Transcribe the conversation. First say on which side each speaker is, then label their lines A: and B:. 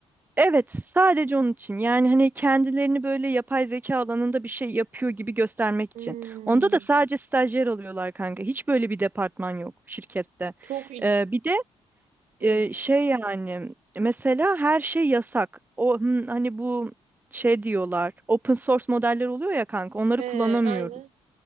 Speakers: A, on the right; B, on the right.
A: Evet, sadece onun için. Yani hani kendilerini böyle yapay zeka alanında bir şey yapıyor gibi göstermek için.
B: Hmm.
A: Onda da sadece stajyer alıyorlar kanka. Hiç böyle bir departman yok şirkette.
B: Çok
A: Ee, bir de
B: ilginç.
A: e, şey yani mesela her şey yasak. O hmm, hani bu şey diyorlar. Open source modeller oluyor ya kanka. Onları
B: He,
A: kullanamıyoruz.
B: aynen.